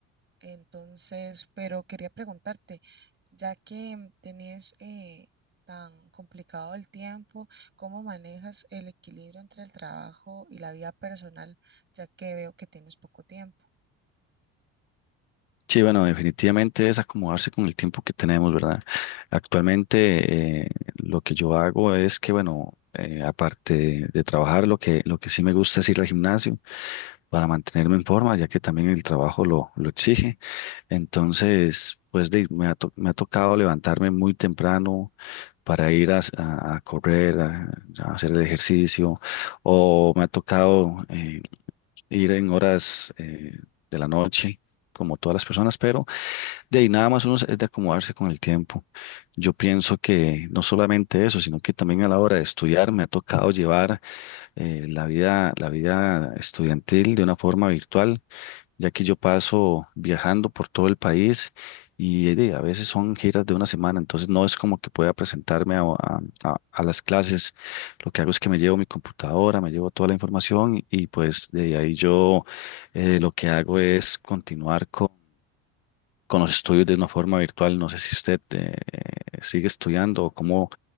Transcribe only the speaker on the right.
entonces, pero quería preguntarte, ya que tenés eh, tan complicado el tiempo, ¿cómo manejas el equilibrio entre el trabajo y la vida personal, ya que veo que tienes poco tiempo?